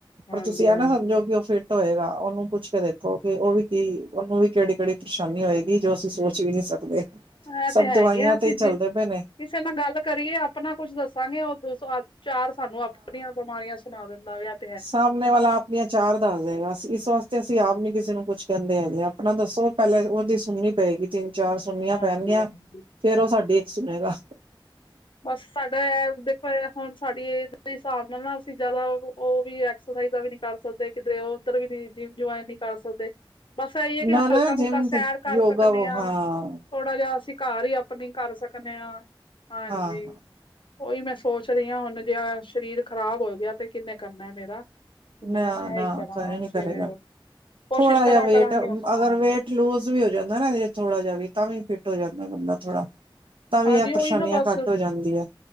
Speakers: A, on the left; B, on the right.
A: ਹਾਂਜੀ
B: ਪਰ ਤੁਸੀਂ ਇਹ
A: ਹਾਂਜੀ
B: ਨਾ ਸਮਝੋ ਕਿ ਉਹ ਫੇਰ ਫਿਟ ਹੋਏਗਾ, ਉਹਨੂੰ ਪੁੱਛ ਕੇ ਦੇਖੋ ਕਿ ਉਹ ਵੀ ਕੀ ਉਹਨੂੰ ਵੀ ਕਿਹੜੀ- ਕਿਹੜੀ ਪਰੇਸ਼ਾਨੀ ਹੋਏਗੀ, ਜੋ ਅਸੀਂ ਸੋਚ ਵੀ ਨਹੀਂ ਸਕਦੇ। <unintelligible>
A: ਹਾਂ ਇਹ
B: ਸਭ
A: ਤੇ ਹੈ
B: ਦਵਾਈਆਂ
A: ਆ, ਅਸੀਂ
B: ਤੇ ਹੀ
A: ਜੀ
B: ਚੱਲਦੇ
A: ਕਿਸੇ
B: ਪਏ ਨੇ
A: ਨਾਲ ਗੱਲ ਕਰੀਏ ਆਪਣਾ ਕੁਝ ਦੱਸਾਂਗੇ, ਉਹ ਦੋ ਸੌ, ਚਾਰ ਸਾਨੂੰ ਆਪਣੀਆਂ ਬਿਮਾਰੀਆਂ ਸੁਣਾ ਦਿੰਦਾ ਆਪ
B: ਸਾਮਣੇ ਵਾਲਾ ਆਪ ਆਪੀਆਂ ਚਾਰ ਦੱਸ ਦੇਗਾ, ਇਸ ਵਾਸਤੇ ਅਸੀਂ ਆਪ ਨ ਕਿਸੇ ਨੂੰ ਕੁਛ ਕਹਿੰਦੇ ਹੈਗੇੇ, ਆਪਣਾ ਦੱਸੋ ਪੈਲੇ ਉਹਦੀ ਸੁਨਨੀ ਪਏਗੀ, ਤਿੰਨ-ਚਾਰ ਸੁਨੀਆਂ
A: ਹਾਂਜੀ
B: ਪੈਣਗੀਆਂ
A: ਹਾਂਜੀ
B: ਫੇਰ ਉਹ ਸਾਡੀੇ ਇੱਕ ਸੁਨੇਗਾ।
A: ਬਸ ਸਦਾ ਐ। ਪਰ ਹੁਣ ਸਾਡੀ ਏਜ ਦੇ ਹਿਸਾਬ ਨਾਲ ਨਾ ਅਸੀਂ ਜਿਆਦਾ ਉਹ ਵੀ ਐਕਸਰਸਾਈਜ਼ ਦਾ ਵੀ ਨੀ ਕਰ ਸਕਦੇ ਕਿਧਰੇ ਉਹ ਧਰ ਵੀ ਨੀ ਜਿੰਮ ਜੁਆਇਨ ਨਈ ਕਰ ਸਕਦੇ। ਬਸ ਇਹੀ ਏ ਕਿ
B: ਨਾ
A: ਹਲਕਾ
B: ਨਾ
A: ਫੁਲਕਾ
B: ਜਿਮ ਤੇ
A: ਸੈਰ ਕਰ
B: ਯੋਗਾ
A: ਸਕਦੇ
B: ਵੋ ਹਾਂ
A: ਆ ਥੋੜਾ ਜਿਹਾ ਅਸੀਂ ਘਰ ਹੀ ਆਪਣੀ ਕਰ ਸਕਨੇ ਆ ਹਾਂਜੀ।
B: ਹਾਂ
A: ਓਹੀ ਮੈਂ ਸੋਚ ਰਹੀ ਆ ਹੁਣ ਜੇ ਸਰੀਰ ਖ਼ਰਾਬ ਹੋ ਗਿਆ ਤੇ ਕਿੰਨੇ ਕਰਨਾ ਮੇਰਾ। ਤੇ ਮੈਂ
B: ਨਾ
A: ਇਹੀ
B: ਨਾ
A: ਕਰਾਂ
B: ਕਰੇ ਨੀ
A: ਸਵੇਰੇ
B: ਕਰੇਗਾ
A: ਕੋਸ਼ਿਸ਼
B: ਥੋੜਾ
A: ਕਰਾਂ
B: ਜਹਾ ਵੇਟ
A: ਕਰਾਂਗੇ ਉਹਨੂੰ
B: ਅਗਰ
A: ਹਾਂ
B: ਵੇਟ ਲੂਜ ਵੀ ਹੋ ਜਾਂਦਾ ਨਾ ਥੋੜਾ ਜਿਹਾ ਵੀ ਤਾਂ ਵੀ ਫਿੱਟ ਹੋ ਜਾਂਦਾ ਬੰਦਾ ਥੋੜਾ ਤਾਂ ਵੀ
A: ਹਾਂਜੀ
B: ਇਹ
A: ਉਹੀ
B: ਪਰੇਸ਼ਾਨੀਆਂ
A: ਨਾ ਬਸ
B: ਘੱਟ ਹੋ ਜਾਂਦੀ ਆ।